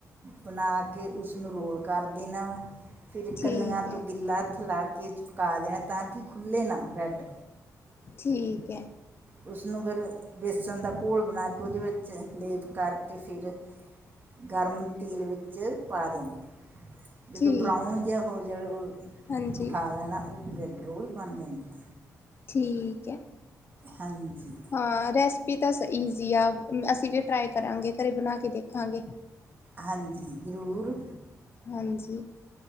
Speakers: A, on the right; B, on the left.
A: ਬਣਾ ਕੇ ਉਸਨੂੰ ਰੋਲ ਕਰ ਦੇਨਾ ਵਾ ਫਿਰ
B: ਠੀਕ
A: ਕੰਨੀਆਂ
B: ਹੈ
A: ਤੋਂ ਗਿੱਲਾ ਹੱਥ ਲਾ ਕੇ ਕਾ ਦੇਣਾ ਤਾਂ ਕਿ ਖੁੱਲੇ ਨਾ ਬਰੈੱਡ।
B: ਠੀਕ ਐ।
A: ਉਸਨੂੰ ਫਿਰ ਬੇਸਣ ਦਾ ਘੋਲ ਬਣਾ ਕੇ ਉਦੇ ਵਿੱਚ ਲੇਪ ਕਰਕੇ ਫਿਰ ਗਰਮ ਤੇਲ ਵਿੱਚ ਪਾ ਦੇਣਾ। ਜਦੋਂ
B: ਠੀਕ
A: ਬਰਾਊਨ
B: ਹੈ
A: ਜਿਆ ਹੋ ਜਾਵੇ
B: ਹਾਂਜੀ
A: ਉਠਾ ਲੈਣਾ ਉਹ ਬਰੈੱਡ ਰੋਲ ਬਣ ਜਾਂਦਾ।
B: ਠੀਕ ਐ।
A: ਹਾਂਜੀ।
B: ਹਾਂ ਰੈਸਪੀ ਤਾ ਸ ਈਜ਼ੀ ਆ ਅਸੀਂ ਵੀ ਟਰਾਈ ਕਰਾਂਗੇ ਕਰੇ ਬਣਾ ਕੇ ਦੇਖਾਂਗੇ।
A: ਹਾਂਜੀ ਜਰੂਰ।
B: ਹਾਂਜੀ